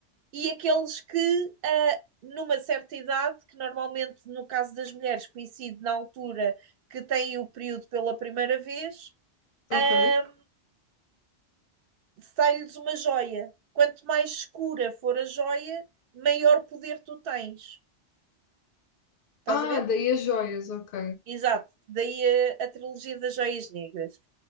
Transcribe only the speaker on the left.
Ok.
Ah,
daí as joias. Ok.